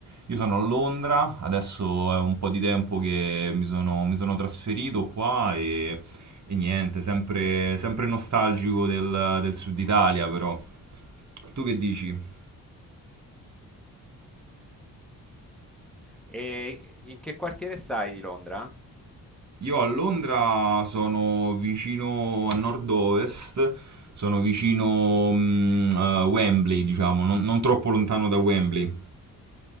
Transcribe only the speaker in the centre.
E in che quartiere stai di Londra?